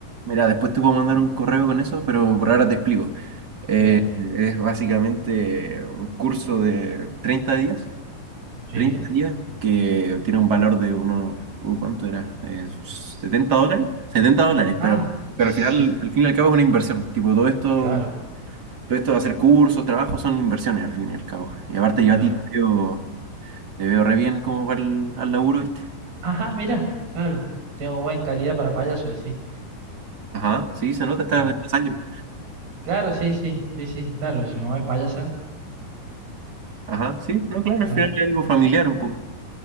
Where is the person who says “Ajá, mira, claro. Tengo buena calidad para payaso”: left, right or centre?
Right